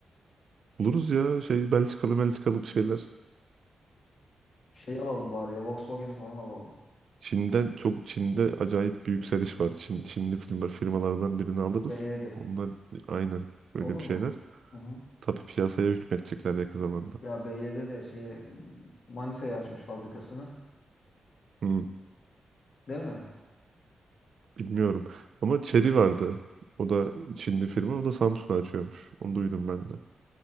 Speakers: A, on the right; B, on the left.
A: Buluruz ya şey Belçikalı Belçikalı bir şeyler.
B: Şey alalım bari ya Volkswagen'i falan alalım.
A: Çin'den çok Çin'de acayip bir yükseliş var. Çin, Çinli firma, firmalardan birini alırız.
B: BYD.
A: Onlar aynen böyle
B: Olur
A: bir
B: mu?
A: şeyler.
B: Hı hı.
A: Tabii piyasaya hükmetecekler yakın zamanda.
B: Ya BYD de şeyi Manisa'ya açmış fabrikasını.
A: Hı.
B: Değil mi?
A: Bilmiyorum. Ama Chery vardı. O da Çinli firma. O da Samsun'a açıyormuş. Onu duydum ben de.